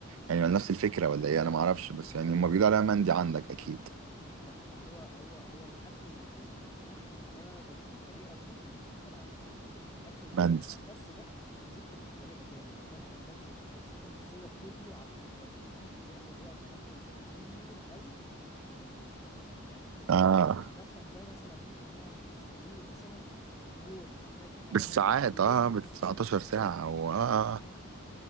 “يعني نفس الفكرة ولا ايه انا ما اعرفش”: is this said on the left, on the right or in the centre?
Right